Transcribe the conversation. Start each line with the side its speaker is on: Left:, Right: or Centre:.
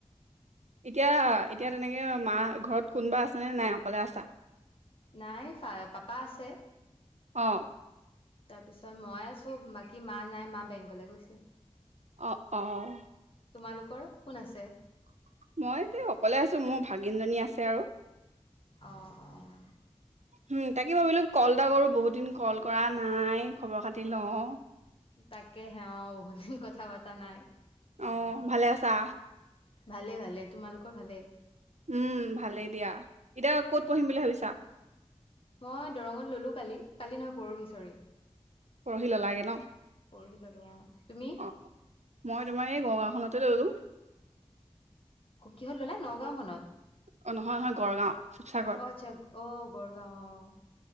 Right: এতিয়া এতিয়া তেনেকে মা ঘৰত কোনোবা আছে নে নাই অকলে আছা
Left: নাই ফা পাপা আছে
Right: অ
Left: তাৰ পিছত মই আছো বাকী মা নাই মা বেংকলে গৈছে।
Right: অঁ, অঁ,
Left: তোমালোকৰ কোন আছে?
Right: মই যে অকলে আছো মোৰ ভাগিনজনী আছে আৰু
Left: অ, অ,
Right: উম তাকে ভাবিলোঁ কল এটা কৰো বহুত দিন কল কৰা নাই খবৰ খাতি লওঁ
Left: তাকে হে অ বহুত দিন কথা পতা নাই।
Right: অ ভালে আছা।
Left: ভালে ভালে তোমালোকৰ ভালে
Right: উম ভালেই দিয়া এতিয়া ক'ত পঢ়িম বুলি ভাবিছা
Left: মই দৰঙত ললো কালি কালি নহয় পৰহি ছৰি
Right: পঢ়ি ললাগে ন
Left: পঢ়ি ললো অ তুমি
Right: অ মই তোমাৰ এই গড়গাঁওখনতে ল'লো-
Left: কি হল ল'লে নগাঁওখননত-
Right: অ নহয় নহয় গড়গাঁও শিৱসাগৰ
Left: অ আচ্ছা আহ গড়গাঁও আহ-